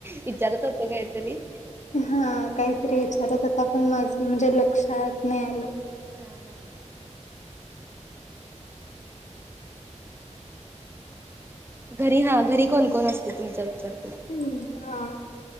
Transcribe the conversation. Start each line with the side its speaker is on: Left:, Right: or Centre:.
Right: विचारत होते काहीतरी.
Left: हा काहीतरी विचारत होता पण माझ म्हणजे लक्षात नाही आल.
Right: हम्म - हम्म - हम्म. घरी हा घरी कोण -कोण असते तुमच्या विचारते?
Left: हम्म हा